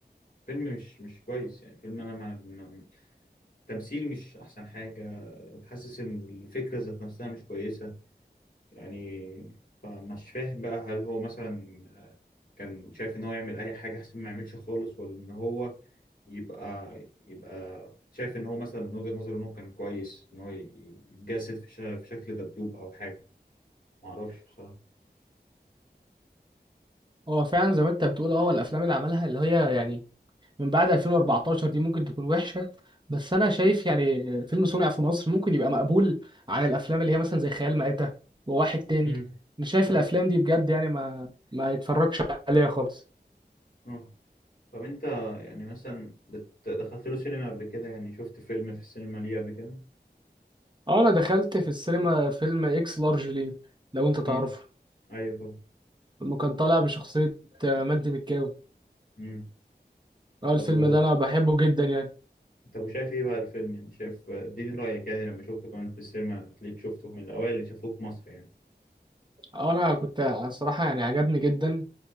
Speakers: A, on the left; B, on the right.
A: فيلم مش مش كويس يعني فيلم انا ما ما- تمثيل مش احسن حاجه حاسس ان الفكره ذات نفسها مش كويسه يعني فمش فاهم بقى هل هو مثلا آه، كان شايف ان هو يعمل اي حاجه احسن ما يعملش خالص ولا ان هو يبقى يبقى شايف ان هو مثلا من وجهه نظره انه كان كويس ان هو ي- يتجسد في شا- في شكل دبدوب او حاجه ما اعرفش بصراحه
B: هو فعلا زي ما انت بتقول اه هو الافلام اللي عملها اللي هي يعني من بعد 2014 دي ممكن تكون وحشة بس أنا شايف يعني فيلم صنع في مصر ممكن يبقى مقبول عن الأفلام اللي هي مثلا زي خيال مآتة وواحد تاني
A: امم
B: مش شايف
A: ايوه
B: الأفلام دي بجد يعني ما ما يتفرجش عليها خالص
A: اه طب انت يعني مثلا بت- دخلت له سينما قبل كده يعني شفت فيلم في السينما ليه قبل كده
B: أه أنا دخلت في السينما فيلم إكس لارج ليه لو أنت تعرفه
A: امم ايوه طبعا
B: اللي كان طالع بشخصية آه، مجدي مكاوي
A: امم
B: أه الفيلم
A: طب
B: ده أنا بحبه جدا يعني
A: طب وشايف ايه بقى الفيلم يعني شايف اديني رأيك يعني لما اشوفك كمان في السينما تلاقيك شفته من الأوائل اللي شافوه في مصر يعني
B: أه أنا كنت صراحة يعني عجبني جدا